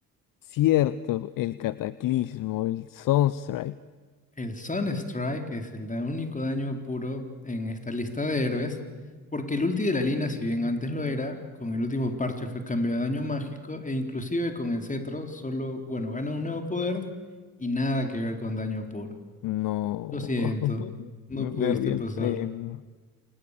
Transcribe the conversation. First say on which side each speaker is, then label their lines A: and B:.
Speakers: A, on the left; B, on the left.
A: Cierto, el cataclismo, el Sunstrike.
B: El Sunstrike es el da- único daño puro en esta lista de héroes, porque el ulti de la Lina, si bien antes lo era, con el último parche fue cambiado a daño mágico e inclusive con el cetro solo, bueno, gana un nuevo poder y nada que ver con daño puro.
A: No,
B: Lo siento,
A: <laughs>
B: no
A: me
B: pudiste
A: perdí el
B: pasar.
A: premio.